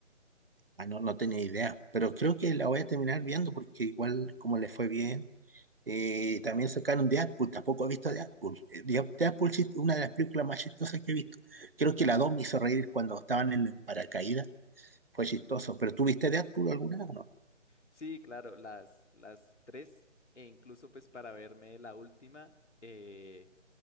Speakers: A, on the right; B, on the left.
A: Ah, no, no tenía idea, pero creo que la voy a terminar viendo porque igual como le fue bien, eh, también sacaron Deadpool, tampoco he visto Deadpool. Eh, Dead- Deadpool es una de las películas más chistosas que he visto. Creo que la 2 me hizo reír cuando estaban en el paracaídas, fue chistoso, pero ¿tú viste Deadpool alguna vez o no?
B: Sí, claro, las, las tres, e incluso pues para verme la última, eh,